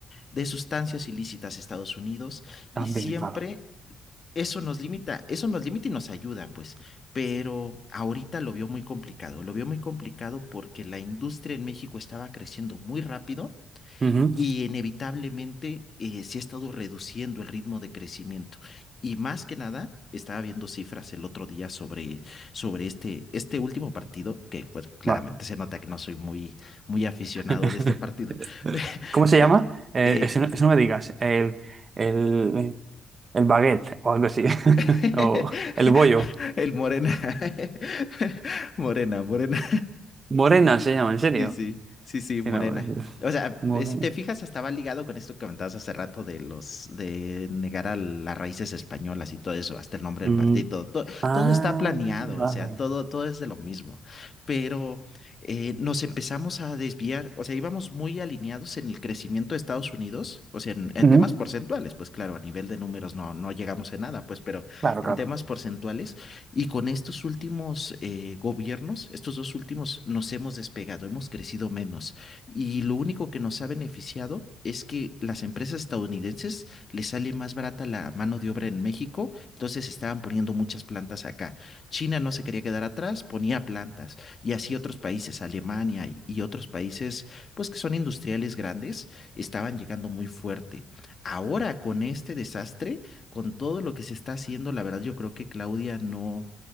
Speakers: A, on the left; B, on the right.
A: de sustancias ilícitas a Estados Unidos.
B: También,
A: Y siempre
B: claro.
A: eso nos limita, eso nos limita y nos ayuda, pues. Pero ahorita lo vio muy complicado, lo vio muy complicado porque la industria en México estaba creciendo muy rápido.
B: Ujú,
A: Y inevitablemente eh, sí ha estado reduciendo el ritmo de crecimiento. Y más que nada, estaba viendo cifras el otro día sobre, sobre este, este último partido, que bueno, claramente
B: va.
A: se nota que no soy muy, muy aficionado
B: <laughs>
A: de este partido. <laughs>
B: ¿Cómo se
A: Pe-
B: llama? Eh,
A: eh,
B: eso, no eso no me digas. El, el, el baguette o algo así. <laughs>
A: <laughs>
B: O el bollo.
A: el Morena. <laughs> Morena, Morena.
B: Morena se llama, ¿en serio?
A: Sí, sí, sí, sí, morena.
B: Qué nombrecito.
A: O sea,
B: Morena.
A: eh, si te fijas, estaba ligado con esto que comentabas hace rato de los, de negar a las raíces españolas y todo eso, hasta el nombre
B: Mm,
A: del partido, todo,
B: Ah,
A: todo está planeado,
B: vale.
A: o sea, todo, todo es de lo mismo. Pero eh, nos empezamos a desviar, o sea, íbamos muy alineados en el crecimiento de Estados Unidos, o sea, en, en
B: Ujú,
A: temas porcentuales, pues claro, a nivel de números no, no llegamos a nada, pues, pero
B: Claro,
A: en
B: claro.
A: temas porcentuales y con estos últimos eh, gobiernos, estos dos últimos, nos hemos despegado, hemos crecido menos. Y lo único que nos ha beneficiado es que las empresas estadounidenses les sale más barata la mano de obra en México, entonces estaban poniendo muchas plantas acá. China no se quería quedar atrás, ponía plantas. Y así otros países, Alemania y, y otros países, pues que son industriales grandes, estaban llegando muy fuerte. Ahora con este desastre, con todo lo que se está haciendo, la verdad yo creo que Claudia no,